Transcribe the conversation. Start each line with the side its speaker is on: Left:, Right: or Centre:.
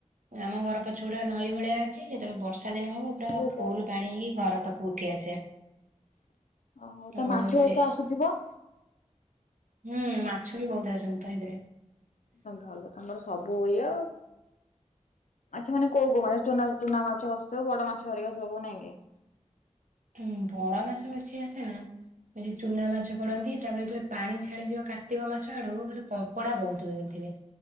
Right: ଆମ ଘର ପଛପଟା ନଈ ଭଳିଆ ଅଛି ଯେତେବେଳେ ବର୍ଷା ଦିନ ହବ ପୁରା
Left: ଓହୋ
Right: ଫୁଲ ପାଣି ହେଇ ଘର ପାଖକୁ ଉଠି ଆସେ।
Left: ଓହୋ ତା
Right: ଆଉ
Left: ମାଛ
Right: ସେ
Left: ପାଛ ତ ଆସୁଥିବ?
Right: ହୁଁ ମାଛ ବି ବହୁତ୍ ଆସନ୍ତି ତାହିବିରେ।
Left: ତମେ ଭଲ ତମର ସବୁ ଇଏ ଆଉ। ଆଚ୍ଛା ମାନେ କଉ କଉ ଚୁନା ମାଛ ଭାସୁଥିବ ବଡ ମାଛ ହରିକା ସବୁ ନାଁ କି?
Right: ହୁଁ ବଣ ମାଛ ବେଶୀ ଆସେ ନାଁ। ଚୁନା ମାଛ ପଡନ୍ତି ତାପରେ ଯେତେବେଳେ ପାଣି ଛାଡିଯିବ କାର୍ତ୍ତିକ ମାଛ ଆଡୁ ବଲେ କ କଡା ବହୁତ୍ ଥିବେ